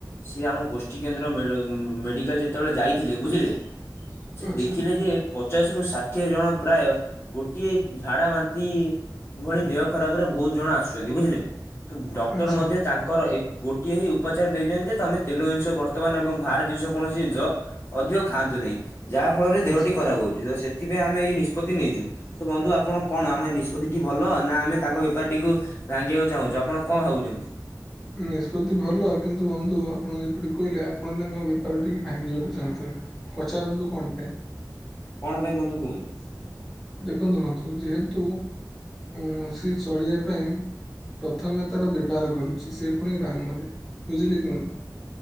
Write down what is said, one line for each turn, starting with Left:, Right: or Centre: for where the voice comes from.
Left: ସିଏ ଆମ ଗୋଷ୍ଠୀ କେନ୍ଦ୍ର ମେ ମେଡିକାଲ୍ ଯେତେବେଳେ ଯାଇଥିଲେ ବୁଝିଲେ? ସେ
Centre: ଆଚ୍ଛା
Left: ଦେଖିଲେ ଯେ। ପଚାଶ ରୁ ଷାଠିଏ ଜଣ ପ୍ରାୟ ଗୋଟିଏ ଝାଡା ବାନ୍ତି। ଏଭଳି ଦେହ ଖରାପ ରେ ବହୁତ ଜଣ ଆସୁଛନ୍ତି ବୁଝିଲେ କି ତ ଡକ୍ଟର
Centre: ଆଚ୍ଛା
Left: ମଧ୍ୟ ତାଙ୍କର ଏ ଗୁ କେହି ଉପଚାର ଦେଇଛନ୍ତି ଯେ ତମେ ତେଲ ଜିନିଷ ବର୍ତ୍ତମାନ ଏବଂ ବାହାର ଜିନିଷ କୌଣସି ଜିନିଷ ଅଧିକ ଖାଆନ୍ତୁ ନାହିଁ, ଯାହା ଫଳରେ ଦେହଟି
Centre: ଆଚ୍ଛା
Left: ଖରାପ ହଉଛି, ତ ସେଥିପାଇଁ ଆମେ ଏଇ ନିଷ୍ପତ୍ତି ନେଇଛୁ। ତ ବନ୍ଧୁ ଆପଣ କଣ ଆମେ ନିଷ୍ପତ୍ତି ଟି ଭଲ ନା ଆମେ ତାଙ୍କ ବେପାରଟିକୁ ଭାଙ୍ଗିବାକୁ ଚାହୁଁଛୁ ଆପଣ କଣ ଭାବୁଛନ୍ତି?
Centre: ନିଷ୍ପତ୍ତି ଭଲ କିନ୍ତୁ ବନ୍ଧୁ ଆପଣ ଯେପରି କହିଲେ ଆପଣ ତାଙ୍କ ବେପାର ଟିକି ଭାଙ୍ଗିବାକୁ ଚାହୁଁଛନ୍ତି। ପଚାରନ୍ତୁ କଣ ପାଇଁ?
Left: କଣ ପାଇଁ ବନ୍ଧୁ କୁହନ୍ତୁ?
Centre: ଦେଖନ୍ତୁ ବନ୍ତୁ ଯେହେତୁ ଉଁ ସେ ଚଳିବା ପାଇଁ ପ୍ରଥମେ ତାର ବେପାର କରୁଛି ସେ ପୁଣି ଗ୍ରାମରେ ବୁଝିଲେ କି ବନ୍ଧୁ।